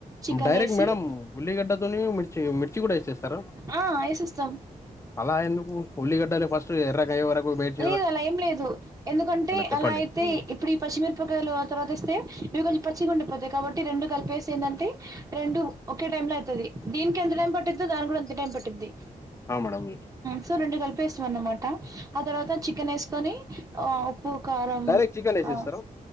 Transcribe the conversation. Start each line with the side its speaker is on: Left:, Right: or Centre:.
Right: చికెన్
Left: డైరక్ట్
Right: వేసి
Left: మేడమ్ ఉల్లిగడ్డా తోని మిర్చి మిర్చి కూడా వేసు తెస్తారు
Right: ఆ ఏసేస్తాం.
Left: అలా ఎందుకు ఉల్లిగడ్డలు ఫస్ట్ ఎర్రగా అయ్యే వరకు వేచ్
Right: లేదు అలా ఏం లేదు ఎందుకంటే
Left: చెప్పండి
Right: అలా అయితే
Left: మ్మ్
Right: ఇప్పుడు ఈ పచ్చి మిరపకాయలు తర్వాత ఇస్తే ఇవి కొంచెం పచ్చిగా ఉండిపోతాయి కాబట్టి రెండు కలిపేసి ఏంది అంటే రెండు ఒకే టైమ్ లో అయితది దీనికి ఎంత టైం పట్టిందో దాని కూడా అంతే టైం పట్టిద్ది ఉ
Left: ఆ మేడం మ్మ్
Right: సో రెండు కలిపేసిన అన్నామాటా అ తర్వాత చికెన్ ఏసు తోని ఆ ఉప్పు కారం
Left: డైరెక్ట్ చికెన్ వేసేస్తారా
Right: ఆ